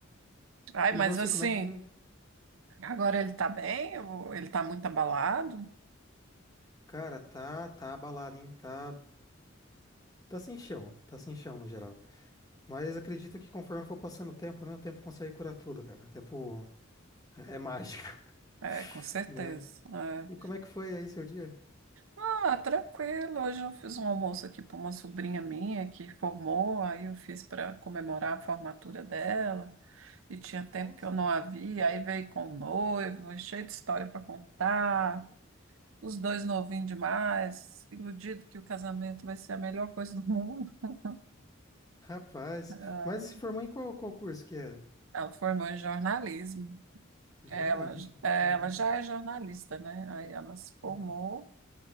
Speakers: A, on the right; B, on the left.
A: Ai,
B: E
A: mas
B: você,
A: assim,
B: como é que foi?
A: agora ele tá bem? Ou Ele tá muito abalado?
B: Cara, tá, tá abalado, hein? Tá, tá sem chão, tá sem chão no geral. Mas acredito que conforme for passando o tempo, né? O tempo consegue curar tudo, cara. O tempo é é mágico, <laughs>
A: É, com certeza.
B: né?
A: é.
B: E como é que foi aí seu dia?
A: Ah, tranquilo. Hoje eu fiz um almoço aqui para uma sobrinha minha que formou, aí eu fiz para comemorar a formatura dela, e tinha tempo
B: Nossa,
A: que eu não a via, aí veio com o noivo, cheio de história para contar, os dois novinhos demais, iludido que o casamento vai ser a melhor coisa do mundo. <laughs>
B: rapaz.
A: Ah,
B: Mas se formou em qual qual curso que era?
A: Ela formou em jornalismo,
B: Jornalismo,
A: ela, ela
B: caramba.
A: já é jornalista, né? Aí ela se formou.
B: Uhum.